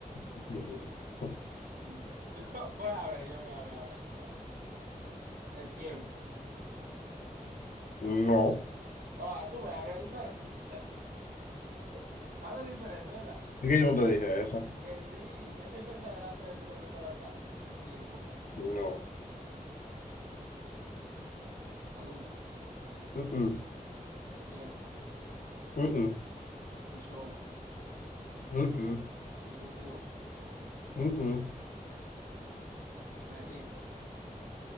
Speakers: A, on the left (about 70°); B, on the right (about 85°).
A: <laughs>
B: <laughs> yo voy a ver, yo voy a ver ahora qué tú vas a decir. El tiempo.
A: No.
B: Ah, tú ves, ahora es diferente. <laughs> Ahora es diferente, ¿verdad?
A: Es que yo no te dije esa.
B: Que sí, que siempre está delante de mí, pero nunca lo alcanzo. El tiempo,
A: No.
B: la luna,
A: Mm-mm,
B: el cielo,
A: mm-mm,
B: el sol,
A: mm-mm,
B: mi futuro.
A: mm-mm.
B: Me rindo.